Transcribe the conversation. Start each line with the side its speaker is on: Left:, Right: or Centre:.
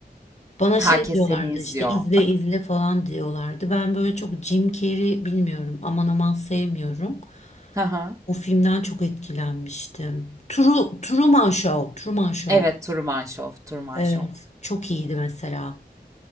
Left: Bana
Right: Herkes
Left: şey diyorlardı
Right: seni izliyor.
Left: işte izle izle falan diyorlardı. Ben böyle çok Jim Carrey bilmiyorum aman aman sevmiyorum.
Right: Hı hı.
Left: O filmden çok etkilenmiştim. True, Truman Show, Truman Show.
Right: Evet, Truman Show, Truman
Left: Evet,
Right: Show.
Left: çok iyiydi mesela.